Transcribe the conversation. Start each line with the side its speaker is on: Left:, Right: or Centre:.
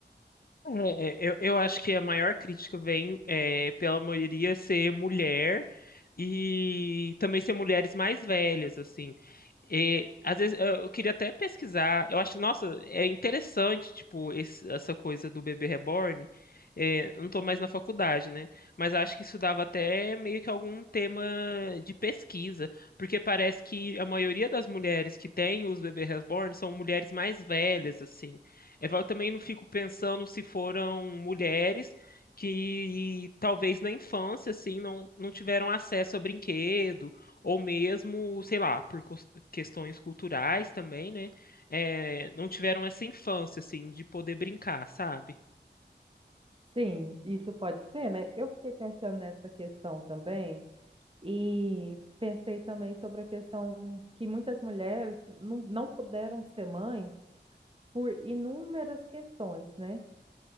Left: É, é, eu, eu acho que a maior crítica vem é, pela maioria ser mulher. e também ser mulheres mais velhas, assim. E, às vezes eu eu queria até pesquisar. Eu acho, nossa, é interessante, tipo, esse- essa coisa do bebê reborn. É, eu não tô mais na faculdade, né? Mas acho que isso dava até meio que algum tema de pesquisa, porque parece que a maioria das mulheres que têm os bebês reborn são mulheres mais velhas, assim. É, Eu também não fico pensando se foram mulheres que talvez na infância, assim, não, não tiveram acesso a brinquedo, ou mesmo, sei lá, por cos- questões culturais também, né? É, não tiveram essa infância, assim, de poder brincar, sabe?
Right: Sim, isso pode ser, né? Eu fiquei pensando nessa questão também e pensei também sobre a questão que muitas mulheres não, não puderam ser mãe por inúmeras questões, né?